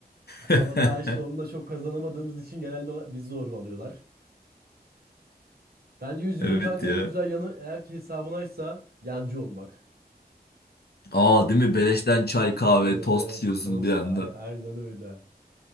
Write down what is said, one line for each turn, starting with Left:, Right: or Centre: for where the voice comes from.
Left: <laughs>
Right: Ama daha işte onunla çok kazanamadığımız için genelde o- bizi zorbalıyorlar. Bence yüzünün
Left: Evet
Right: kanka
Left: ya.
Right: en güzel yanı eğer ki hesabınaysa yancı olmak.
Left: Aa değil mi? Beleşten çay, kahve,
Right: Evet
Left: tost
Right: evet
Left: yiyorsun
Right: tost
Left: bir anda.
Right: ay- aynen öyle.